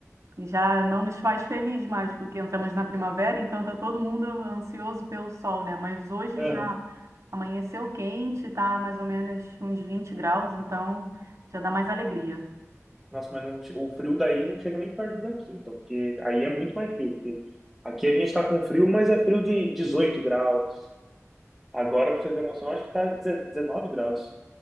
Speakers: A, on the right (about 60°); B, in the centre.
A: já não nos faz feliz mais, porque entramos na primavera, então tá todo mundo ansioso pelo sol, né? Mas hoje
B: Aham.
A: já amanheceu quente, tá mais ou menos uns 20 graus, então já dá mais alegria.
B: Nossa, mas não, che- o frio daí não chega nem perto daqui, então, porque aí é muito mais frio. porque Aqui a gente tá com frio, mas é frio de 18 graus. Agora, pra você ter noção, acho que tá 19 graus.